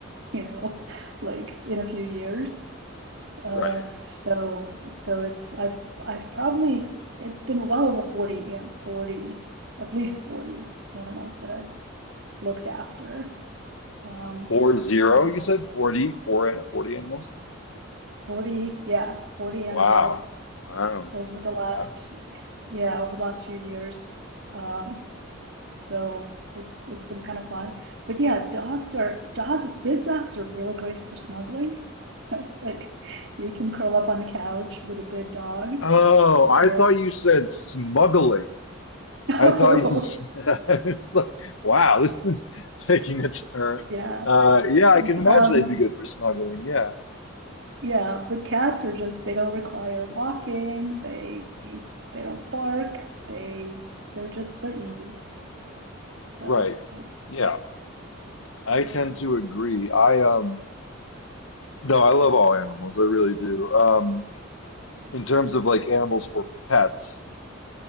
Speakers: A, on the right; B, on the left.
A: you know, <laughs> like in a few years. Uh,
B: right.
A: so so it's I've I've probably it's been well over 40 and 40 at least 40 animals that I've looked after um
B: Four zero,
A: over
B: you said forty, four and 40 animals?
A: 40 yeah 40 animals
B: Wow. Wow.
A: over the
B: Okay.
A: last, yeah, over the last few years. Um, so it's it's been kind of fun. But yeah, dogs are dog big dogs are really great for snuggling. <laughs> Like you can curl up on the couch with a big dog
B: Oh, I
A: and
B: thought you said smuggling.
A: <laughs>
B: I
A: oh
B: thought you said, <laughs> it's like, wow, this is taking a turn.
A: yeah.
B: Uh, yeah, I can imagine
A: Um
B: they'd be good for smuggling. Yeah,
A: yeah, but cats are just they don't require walking, they they don't bark, they they're just they're easy. So
B: right.
A: I
B: Yeah, I tend to agree. I, um, no, I love all animals. I really do. Um, in terms of like animals for pets,